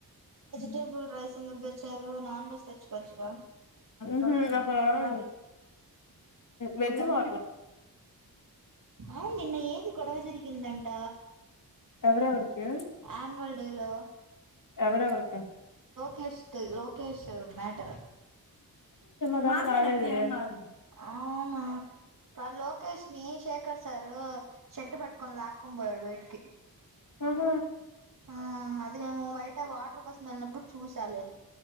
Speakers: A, on the right (about 60°); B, on the left (about 55°).
A: వెజిటేబుల్
B: మ్
A: రైస్ ఎందుకు తెచ్చారు నాన్ వెజ్ తెచ్చుకోవచ్చుగా
B: హ్మ్ ఒక వారం వెజ్ హో
A: అవును నిన్న ఏది గొడవ జరిగిందంట
B: ఎవరెవరు కి
A: యాన్యువల్ డే లో
B: ఎవరెవరుకి
A: కష్టం లో కేష్ మ్యాటరు
B: <unintelligible>
A: అవునా గా లోకేష్ ని శేఖర్ సారు షర్ట్ పట్టుకొని లాక్కొని పోయాడు బయటకి
B: ఆహ
A: ఆ అది మేము బయట వాటర్ కోసం వెళ్లినప్పుడు చూసాలే